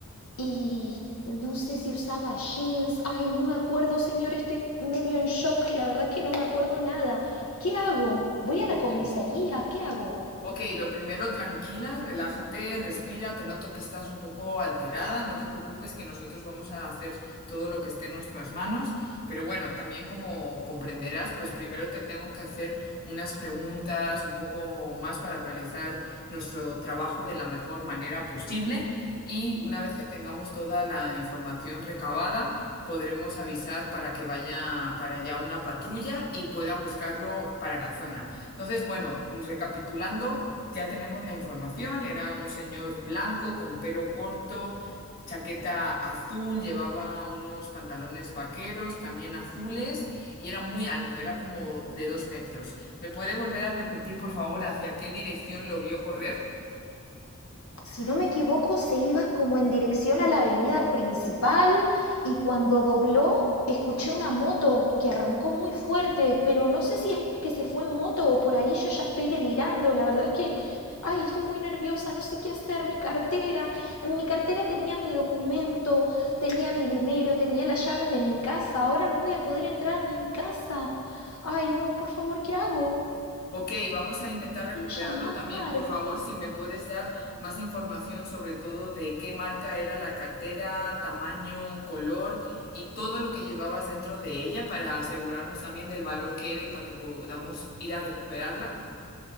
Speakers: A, on the left; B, on the left.
A: Y no sé si usaba jeans. Ay, no me acuerdo, señor. Estoy medio en shock. La verdad que no me acuerdo nada. ¿Qué hago? ¿Voy a la
B: Ok.
A: comisaría? ¿Qué hago?
B: Ok, lo primero, tranquila, relájate, respira, te noto que estás un poco alterada, no te preocupes que nosotros vamos a hacer todo lo que esté en nuestras manos, pero bueno, también como comprenderás, pues primero te tengo que hacer unas preguntas un poco más para realizar nuestro trabajo de la mejor manera posible y una vez que tengamos toda la información recabada, podremos avisar para que vaya para allá una patrulla y pueda buscarlo para la zona. Entonces, bueno, recapitulando, ya tenemos la información. Era un señor blanco con pelo corto, chaqueta azul, llevaba unos pantalones vaqueros también azules y era muy alto, era como de dos metros. ¿Me puede volver a repetir, por favor, hacia qué dirección lo vio correr?
A: Si no me equivoco, se iba como en dirección a la avenida principal y cuando dobló escuché una moto que arrancó muy fuerte, pero no sé si es que se fue en moto o por ahí yo ya estoy delirando. La verdad es que, ay, estoy muy nerviosa, no sé qué hacer, mi cartera. En mi cartera tenía mi documento, tenía mi dinero, tenía las llaves de mi casa. Ahora no voy a poder entrar a mi casa. Ay, no, por favor, ¿qué hago?
B: Ok, vamos a intentar recuperarlo
A: Llamar.
B: también. Por favor, si me puedes dar más información sobre todo de qué marca era la cartera, tamaño, color y todo lo que llevabas dentro de ella para asegurarnos también del valor que era y para que podamos ir a recuperarla.